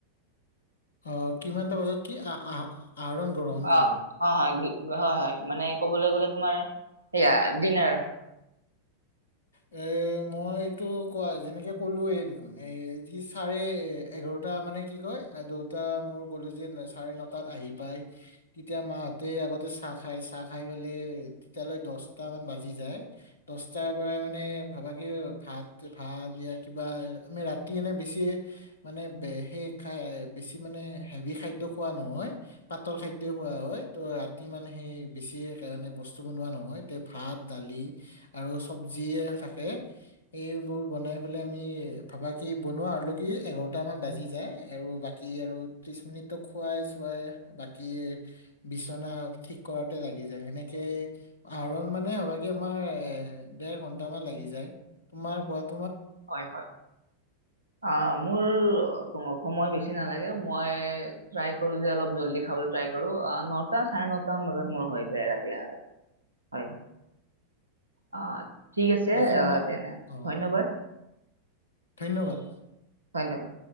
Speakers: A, on the left; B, on the right.
A: অ কিমানটা বাজত কি আহ আহা আহৰণ গ্ৰহণ
B: অ,
A: কৰোঁ
B: হয়, হয়, গি- হয় হয় মানে ক'বলৈ গ'লে তোমাৰ সেয়া ডিনাৰ
A: এ মই এইটো কোৱা যেনেকে কলোৱে দেখোন এ যি চাৰে এ এঘাৰটা মানে কি কয় দুয়টা মই কলো যে চাৰে নটাত আহি পায় তেতিয়া মাহঁতে আগতে চাহ খাই চাহ খাই পেলাই তেতিালৈ দহটা মান বাজি যায় দ তাৰ পৰা মানে ভাবা কি ভাত ভাত ইয়াৰ কিবা আমি ৰাতি এনে বেছি মানে সেই খাই বেছি মানে হেভি খাদ্য খোৱা নহয় পাতল খাদ্যই খোৱা হয় ত ৰাতি মানে সেই বেছি মানে বস্তু বনোৱা নহয় এ ভাত দালি আৰু চব্জিয়ে থাকে এইবোৰ বনাই পেলাই আমি ভাবাাকি বনোৱা আল কি এঘাৰটামান বাজি যায় আৰু বাকী আৰু ত্ৰিছ মিনিটটো খুৱাই চোৱাই বাকী বিচনা ঠিক কৰাতে লাগি যায় সেনেকৈ আহৰণ মানে ভাবাাকি আমাৰ দেৰ ঘন্টা মান লাগি যায় তুমাৰ কাত
B: হয় হয় অ মোৰ তম সময় বেছি নালাগে মই ট্ৰাই কৰলো যে অলপ জল্দি খাবলৈ ট্ৰাই কৰো নটা চাৰে নটা মান বজাত মোৰ হৈ যায় ৰাতি হয় অ ঠিক আছে
A: বাকী
B: আহ
A: তোমাৰ
B: তেনে
A: অ
B: ধন্যবাদ
A: ধন্যবাদ।
B: ধন্যবাদ।